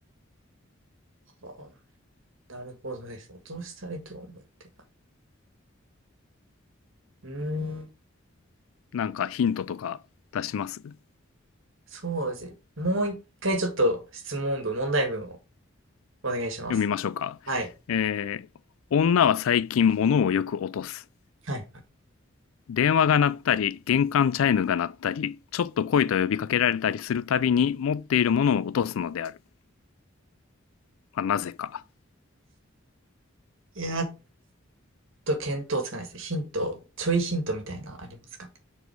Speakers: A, on the right; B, on the left.
A: ああ、なるほどです。落としたいとは思ってない。うーん、
B: なんかヒントとか出します読
A: そうですね。もう一回ちょっと質問文、問題文をお願いします。
B: みましょうか。
A: はい。
B: えー、女は最近物をよく落とす。
A: はい。
B: 電話が鳴ったり、玄関チャイムが鳴ったり、ちょっと来いと呼びかけられたりするたびに、持っているものを落とすのである。まあ、なぜか。
A: やっと見当つかないですね。ヒント、ちょいヒントみたいなのありますかね。